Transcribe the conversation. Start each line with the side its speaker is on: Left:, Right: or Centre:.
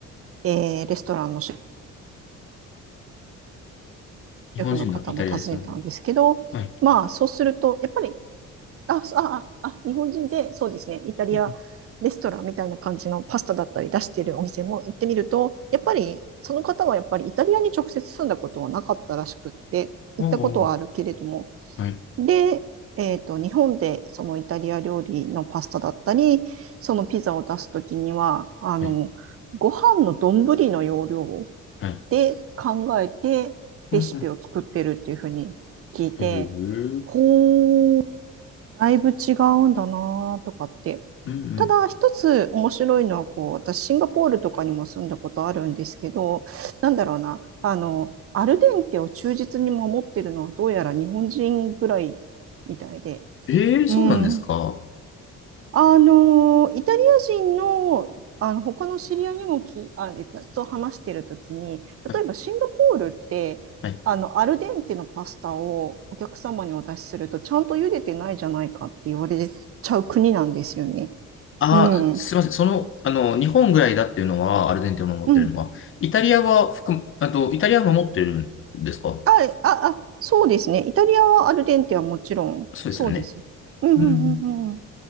Right: えーレストランのシ
Left: 日本人のイタリアにするの。
Right: ェフの方も訪ねたんですけど、
Left: はい。
Right: まあ、そうすると、やっぱり、あ、あ、あ、日本人で、そうですね、イタリアレストランみたいな感じのパスタだったり出しているお店も行ってみると、
Left: うんうん。
Right: やっぱり、その方はやっぱりイタリアに直接住んだことはなかったらしくって、行ったことはあるけれども、
Left: おお。はい。
Right: で、えっと、日本でそのイタリア料理のパスタだったり、そのピザを出すときには、あの、
Left: はい。
Right: ご飯の丼の容量
Left: はい。
Right: で考えてレシピを作ってるっていうふうに聞いて、
Left: うんうん。へえ。
Right: ほう、だいぶ違うんだなとかって。
Left: うんうん。
Right: ただ一つ面白いのは、こう、私シンガポールとかにも住んだことあるんですけど、なんだろうな、あの、アルデンテを忠実に守ってるのはどうやら日本人ぐらいみたいで、
Left: ええそうなんですか。
Right: うん。
Left: は
Right: あの、イタリア人の、あの、他の知り合いにもき、あ、えっとと話してるときに、
Left: い
Right: 例えばシンガポールって、
Left: はい
Right: あの、アルデンテのパスタをお客様にお出しすると、ちゃんと茹でてないじゃないかって言われちゃう国なんですよね。
Left: ああすみません。
Right: うん。
Left: その、あの、日本ぐらいだっていうのは、アルゼンチンを守ってるのは、
Right: うん。
Left: イタリアは含む、あと、イタリアは守ってるんですか
Right: あ、あ、あ、そうですね。イタリアはアルデンテはもちろん、
Left: そうですよね。
Right: そうですね。うんうんうんうん。
Left: うん。ん。